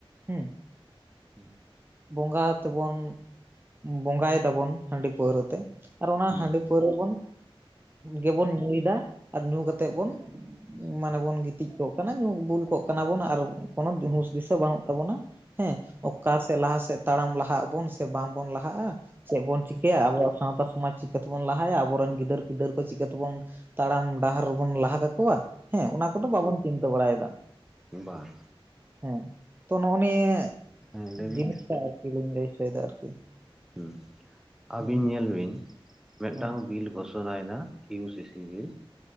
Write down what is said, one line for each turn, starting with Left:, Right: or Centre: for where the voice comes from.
Right: ᱦᱩᱸ,
Centre: ᱦᱩᱸ ᱦᱩᱸ
Right: ᱵᱚᱸᱜᱟ ᱛᱮᱵᱚᱱ ᱵᱚᱸᱜᱟ ᱭᱮᱫᱟᱵᱚᱱ ᱦᱟᱺᱰᱤ ᱯᱟᱹᱣᱨᱟᱹᱛᱮ, ᱟᱨ
Centre: ᱵᱟᱝ
Right: ᱚᱱᱟ ᱦᱟᱺᱰᱤ ᱯᱟᱹᱣᱨᱟᱹ ᱵᱚᱱ ᱜᱮᱵᱚᱱ ᱧᱩᱭᱫᱟ ᱟᱫᱚ ᱧᱩ ᱠᱟᱛᱮᱫ ᱵᱚᱱ ᱢᱟᱱᱮ ᱵᱚᱱ ᱜᱤᱛᱤᱡ ᱠᱚᱜ ᱠᱟᱱᱟ ᱧᱩ ᱵᱩᱞ ᱠᱚᱜ ᱠᱟᱱᱟ ᱵᱚᱱ ᱟᱨ ᱠᱳᱱᱳ ᱦᱩᱥ ᱫᱤᱥᱟᱹ ᱵᱟᱹᱱᱩᱜ ᱛᱟᱵᱚᱱᱟ᱾ ᱦᱮᱸ ᱚᱠᱟ ᱥᱮᱫ ᱞᱟᱦᱟ ᱥᱮᱫ ᱛᱟᱲᱟᱢ ᱞᱟᱦᱟᱜ ᱟᱵᱚᱱ ᱥᱮ ᱵᱟᱝ ᱵᱚᱱ ᱞᱟᱦᱟᱜᱼᱟ᱾ ᱪᱮᱫ ᱵᱚᱱ ᱪᱤᱠᱟᱹᱭᱟ ᱟᱵᱚᱣᱟᱜ ᱥᱟᱶᱛᱟ ᱥᱚᱢᱟᱡᱽ ᱪᱤᱠᱟᱹᱛᱮᱵᱚᱱ ᱞᱟᱦᱟᱭᱟ ᱟᱵᱚᱨᱮᱱ ᱜᱤᱫᱟᱹᱨ ᱯᱤᱫᱟᱹᱨ ᱠᱚ ᱪᱤᱠᱟᱹᱛᱮᱵᱚᱱ ᱛᱟᱲᱟᱢ ᱰᱟᱦᱟᱨ ᱨᱮᱵᱚᱱ ᱞᱟᱦᱟ ᱠᱟᱠᱚᱣᱟ, ᱦᱮᱸ ᱚᱱᱟ ᱠᱚᱫᱚ ᱵᱟᱵᱚᱱ ᱪᱤᱱᱛᱟᱹ ᱵᱟᱲᱟᱭᱮᱫᱟ᱾
Centre: ᱵᱟᱝ
Right: ᱦᱮᱸ ᱛᱚ ᱱᱚᱜᱼ ᱱᱤᱭᱟᱹ
Centre: ᱦᱮᱸ ᱞᱟᱹᱭ ᱵᱤᱱ
Right: ᱡᱤᱱᱤᱥᱴᱟ ᱟᱨᱠᱤ ᱞᱤᱧ ᱞᱟᱹᱭ ᱦᱚᱪᱚᱭᱮᱫᱟ ᱟᱨᱠᱤ,
Centre: ᱦᱩᱸ
Right: ᱦᱮᱸ
Centre: ᱟᱹᱵᱤᱱ ᱧᱮᱞ ᱵᱤᱱ ᱢᱤᱫᱴᱟᱝ
Right: ᱦᱮᱸ
Centre: ᱵᱤᱞ ᱜᱷᱳᱥᱚᱱᱟᱭᱫᱟ ᱤᱭᱩᱥᱤᱥ <unintelligible> ᱥᱤᱵᱤᱞ,